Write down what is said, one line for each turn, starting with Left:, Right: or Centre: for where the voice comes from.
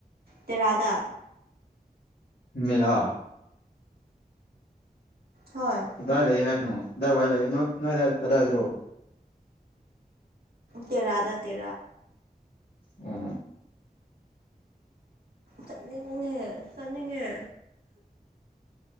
Right: ꯇꯦꯔꯥꯗ
Left: ꯃꯦꯂꯥ
Right: ꯍꯣꯏ
Left: ꯀꯗꯥꯏ ꯂꯩ ꯍꯥꯏꯅꯣ ꯑꯗꯥꯏ ꯋꯥꯏ ꯂꯩ ꯅ ꯅꯣꯏ ꯑꯗꯥꯏ ꯑꯗꯥꯏꯗ꯭ꯔꯣ
Right: ꯇꯦꯔꯥꯗ ꯇꯦ
Left: ꯎꯝ
Right: ꯆꯠꯅꯤꯡꯉꯦ ꯆꯠꯅꯤꯡꯉꯦ